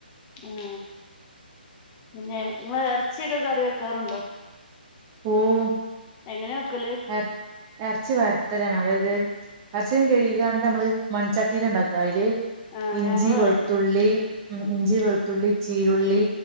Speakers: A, on the left; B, on the right.
A: ആഹ് പിന്നെ ഇങ്ങള് വേറെ ച്ചെക്കെ കറി വെക്കാറുണ്ടോ
B: ഓഹ്
A: എങ്ങനെ വെക്കല്
B: എർ എർച്ചി വർട്ടലാണ് അതായത് അർച്ചെക്കെ കഴികാണ്ട് നമ്മള് മൺചട്ടിയിലാ ഇണ്ടാക്ക അയില്
A: ആഹ്
B: ഇഞ്ചി
A: ഞങ്ങളും
B: വെൾത്തുള്ളി
A: അതെ
B: ഉ
A: ഉം
B: ഇഞ്ചി വെള്ത്- ൾത്തുള്ളി ചീരുള്ളി